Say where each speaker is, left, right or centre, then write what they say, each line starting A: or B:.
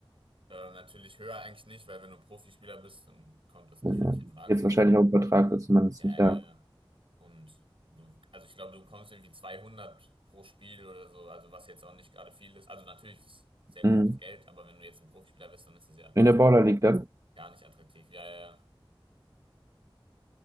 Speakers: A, on the right (about 70°); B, on the right (about 35°).
A: Äh, natürlich höher eigentlich nicht, weil wenn du Profispieler bist, dann kommt das nicht
B: Ja.
A: für dich in Frage
B: Jetzt
A: so.
B: wahrscheinlich auch übertragen, dass man es
A: Ja,
B: nicht
A: ja,
B: da.
A: ja. Und du, also ich glaube, du bekommst irgendwie 200 pro Spiel oder so, also was jetzt auch nicht gerade viel ist. Also natürlich ist es sehr
B: Mhm.
A: gutes Geld, aber wenn du jetzt ein Profispieler bist, dann ist es ja
B: In der Baller League dann?
A: gar nicht attraktiv. Ja, ja, ja,